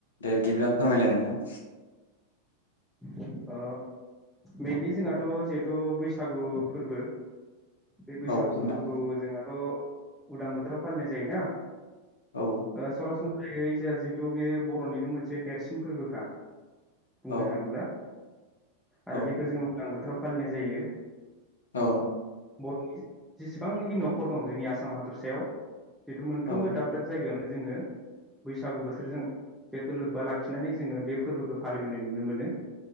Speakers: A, on the left (about 70°); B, in the centre.
A: दे बिदिब्ला फोरमायलाय नोंथां।
B: ओ मेइनलि जोंहाथ' जिहेथु बैसागु फोरबो बे बैसागु
A: औ नोंथां
B: फोरबोखौ जोंहा थ' उदां बोथोराव फालिनाय जायोना?
A: औ
B: ओ सरासन ओमफ्राय जोंहा जिहेथु बे बर'निनो मोनसे देरसिन फोरबोखा बुंनो
A: औ
B: थाङोब्ला
A: औ
B: आरो बेखौ जोङो उदां बोथोराव फालिनाय जायो
A: औ
B: बर'नि जेसेबांनाखि न'खर दं जोंनि आसाम हादरसायाव जिथु मोनफ्रोमबो
A: औ
B: दाब दाब जायगायावनो जोङो बैसागु बोथोरजों जिहेथु लोब्बा लाखिनानै जोङो बे फोरबोखौ फालियो फैनाय नुनो मोनो